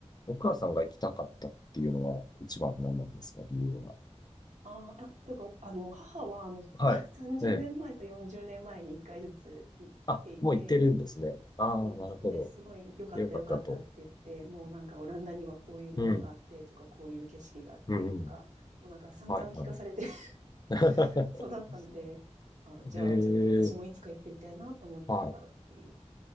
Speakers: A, on the left; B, on the right.
A: お母さんが行きたかったっていうのは一番何なんですか理由は。
B: ああ、いや、てか、あの、母は、あの、
A: はい。
B: <laughs> 30年前と40年前に1回ずつ行っていて、
A: ええ。あ、もう行ってるんですね。ああ、
B: そうなんですよね。
A: なるほど。
B: すごい良かった良かったって言って、
A: で、よかったと。
B: もうなんかオランダにはこういうものがあってとか、
A: うん。
B: こういう景色があってとか、
A: うん、うん。
B: もうなんか散々聞かされて
A: はい、はい。
B: <laughs>
A: <laughs>
B: 育ったんで、あ、じゃあちょっと私もいつか行ってみたいなと思ってたっていう。
A: ええ、はい。